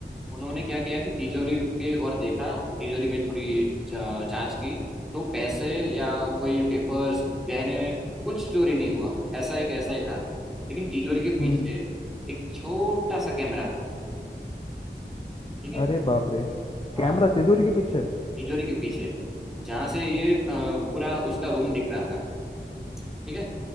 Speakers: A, in the centre; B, on the left (about 30°).
A: उन्होंने क्या किया कि तिजोरी के और देखा तिजोरी में थोड़ी जा- जांच की तो पैसे या कोई पेपर्स गहने कुछ चोरी नहीं हुआ ऐसा ही कैसा ही था लेकिन तिजोरी के पीछे
B: हम्म
A: एक छोटा सा कैमरा था ठीक है
B: अरे बाप रे
A: हाँ
B: कैमरा तिजोरी के पीछे
A: तिजोरी के पीछे जहाँ से ये अ, पूरा उसका रूम दिख रहा था ठीक है